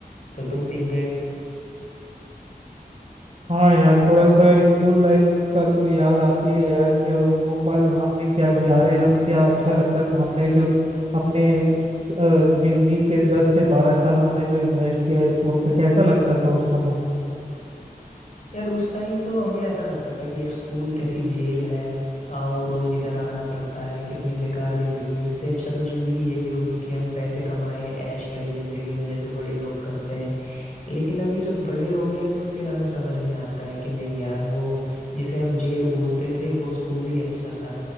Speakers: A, on the left; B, on the right.
A: तो तुम दिख गए
B: हाँ यार थोड़ा सा स्कूल लाइफ का तो याद आती है यार जो वो पल हमने क्या गुजारे हैं और क्या अच्छा लगता था हमने जो अपने अ, जिंदगी के दस से बारह साल हमने जो इन्वेस्ट किया है स्कूल पे कैसा लगता था उस समय
A: यार उस टाइम तो हमें ऐसा लगता था कि ये स्कूल कैसी जेल है आओ रोज इधर आना पड़ता है कितनी बेकार जिंदगी है इससे अच्छा तो जिंदगी यही होगी कि हम पैसे कमाएं ऐश करें जिंदगी में जैसे बड़े लोग करते हैं लेकिन अभी जब बड़े हो गए हैं तो फिर हमें समझ में आता है कि नहीं यार वो जिसे हम जेल बोलते थे वो स्कूल ही अच्छा था